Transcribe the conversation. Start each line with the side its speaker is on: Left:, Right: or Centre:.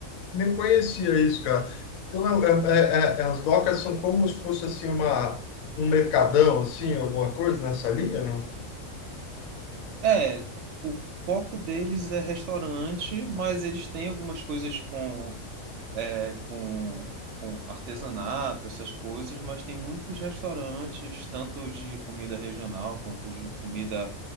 Left: Nem conhecia isso, cara. Então, é- é- é- é- as docas são como se fosse assim uma um mercadão, assim, alguma coisa nessa linha, não?
Right: É, o foco deles é restaurante, mas eles têm algumas coisas com é, com, com artesanato, essas coisas, mas tem muitos restaurantes, tanto de comida regional quanto de comida,